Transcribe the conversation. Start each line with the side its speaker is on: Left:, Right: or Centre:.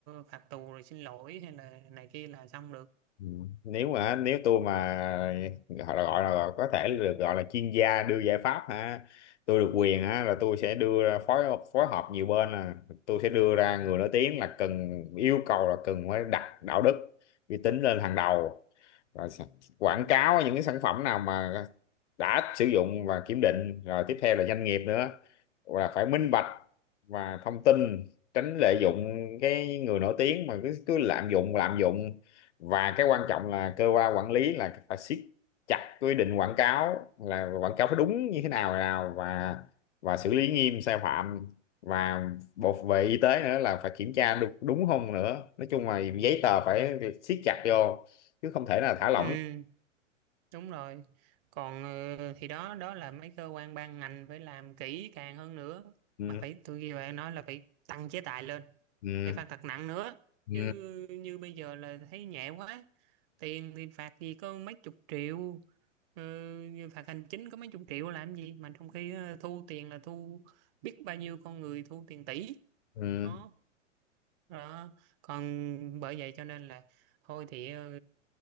Right: phạt tù rồi xin lỗi hay là này kia là xong được
Left: Ừ. nếu mà nếu tôi mà gọi là gọi là có thể được gọi là chuyên gia đưa giải pháp ha tôi được quyền á là tôi sẽ đưa ra phối phối hợp nhiều bên là tôi sẽ đưa ra người nổi tiếng là cần yêu cầu là cần phải đặt đạo đức uy tín lên hàng đầu rồi sa- quảng cáo những cái sản phẩm nào mà đã sử dụng và kiểm định rồi tiếp theo là doanh nghiệp nữa là phải minh bạch và thông tin tránh lợi dụng cái người nổi tiếng mà cứ cứ lạm dụng lạm dụng và cái quan trọng là cơ quan quản lý là phải siết chặt quy định quảng cáo là quảng cáo phải đúng như thế nào nào và và xử lý nghiêm sai phạm và bộ về y tế nữa là phải kiểm tra đúng, đúng không nữa nói chung là giấy tờ phải siết chặt vô chứ không thể nào thả lỏng
Right: ừ Đúng rồi. Còn ờ, thì đó đó là mấy cơ quan ban ngành phải làm kỹ càng hơn nữa
Left: ừ,
Right: mà phải tôi ghi bạn nói là phải tăng chế tài lên
Left: ừ,
Right: phải phạt thật nặng nữa
Left: ừ,
Right: chứ như bây giờ là thấy nhẹ quá tiền thì phạt gì có mấy chục triệu ờ, như phạt hành chính có mấy chục triệu làm gì mà trong khi ờ, thu tiền là thu biết bao nhiêu con người thu tiền tỷ
Left: ừ,
Right: đó, đó. còn bởi vậy cho nên là thôi thì ờ,